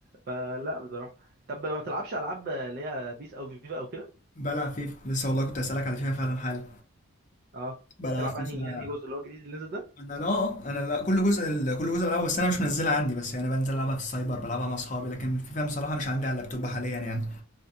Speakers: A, on the right; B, on the left.
A: فلا بصراحه طب ما بتلعبش العاب اللي هي بيس او فيفا او كده
B: بلعب فيفا لسه والله كنت اسالك على فيفا فعلا حالا
A: اه
B: بلعب
A: بتلعب
B: فيفا
A: انهي يعني جزء اللي هو الجديد اللي نزل ده
B: انا لا آه، انا لا كل جزء ال- كل جزء بلعبه بس انا مش منزلها عندي بس يعني بنزل العبها في السايبر بلعبها مع اصحابي لكن فيفا بصراحه مش عندي على اللابتوب حاليا يعني